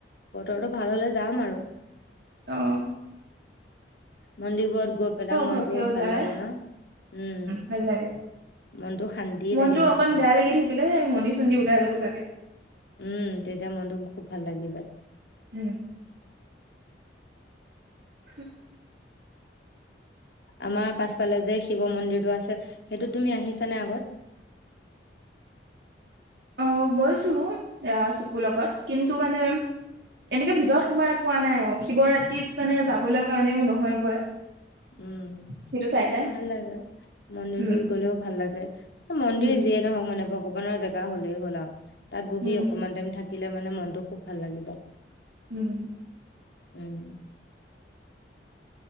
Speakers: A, on the left; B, on the right.
A: বতৰটো ভাল হলে যাম আৰু
B: অহ
A: মন্দিৰবোৰত গৈ পেলাই মনটো
B: ঘপকে ওলাই।
A: ভাল লাগে ন উম
B: ভাল লাগে।
A: মনটো শান্তি
B: মনটো
A: লাগি থাকে
B: অকন
A: পুৰা
B: বেয়া লাগি থাকিলে মন্দিৰ চন্দিৰ ওলাই যাব লাগে
A: উম তেতিয়া মনটোকো খুব ভাল লাগিবা
B: উম হম
A: আমাৰ পাছফালে যে শিৱ মন্দিৰটো আছে সেইটোত তুমি আহিছানে আগত
B: অ গৈছো এয়া চপুৰৰ লগত কিন্তু মানে এনেকে ভিতৰত সোমাই পোৱা নাই অ শিৱৰাত্ৰিত মানে যাবলৈ কাৰণেও নহয়গৈ
A: উম
B: সেইটো চাইডে
A: ভাল লাগে মন্দিৰটোত
B: উম
A: গলেও ভাল লাগে মন্দিৰ
B: উম
A: যিয়ে নহওক মানে ব ভগৱানৰ জেগা হ'লেই হ'ল আৰু তাত বহি
B: উম
A: অকমান টাইম থাকে থাকিলে মানে মনটো খুব ভাল লাগিব
B: উম
A: উম